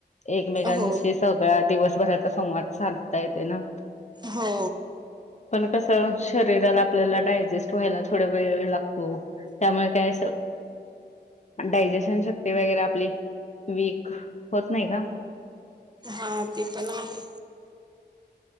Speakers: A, on the left; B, on the right.
A: एकमेकांशी
B: हो
A: सगळा दिवसभराचा संवाद साधता येते ना
B: हो
A: पण कस शरीराला आपल्याला डायजेस्ट व्हायला थोड वे लागतो त्यामुळे काय डायजेशन शक्ती वगैरे आपली वीक होत नाही का
B: हा ते पण आहे